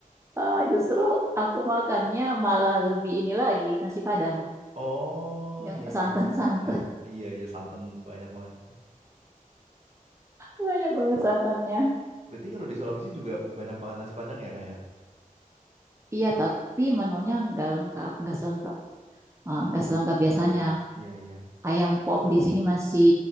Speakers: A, on the right; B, on the right.
A: ah, justru aku makannya malah lebih ini lagi, nasi Padang.
B: Oh,
A: Yang
B: iya
A: santan-santan.
B: iya nasi padang.
A: <laughs>
B: Iya iya santan banyak banget.
A: Banyak banget santannya.
B: <laughs> Berarti kalau di Sulawesi juga banyak banget nasi padang ya kayak?
A: Iya, tapi menunya nggak lengkap, nggak selengkap
B: Hmm,
A: Eh, nggak uh, selengkap
B: nasi
A: biasanya.
B: habis. Iya iya.
A: Ayam pop
B: Oh,
A: di sini masih